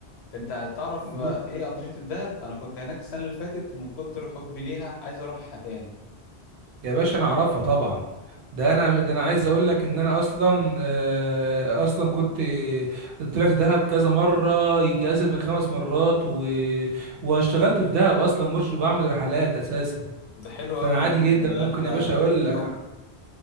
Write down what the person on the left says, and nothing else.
انت تعرف
آه، ايه انشطة الدهب انا كنت هناك السنة اللي فاتت ومن كتر حبي ليها عايز اروحها تاني
ده حلو
قوي
ده انت
ده
انت
هتفيدني
قوي